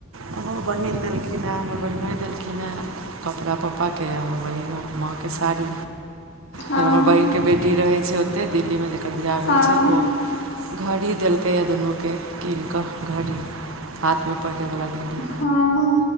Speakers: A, on the right; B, on the left.
A: हमर बहिन देलखिन हँ। हमर बहिनो देलखिन ह कपड़ा पप्पा के हमर बहिन माँ के साड़ी
B: हँ
A: फेर हमर बहन के बेटी रहै छै। ओतेक दिल्लीमे जेकर भूआ
B: हँ
A: भेल छै ओ घड़ी देलकैएऽ दुनूके कीन क घड़ी हाथ मे पहिरैवला घड़ी।
B: हँ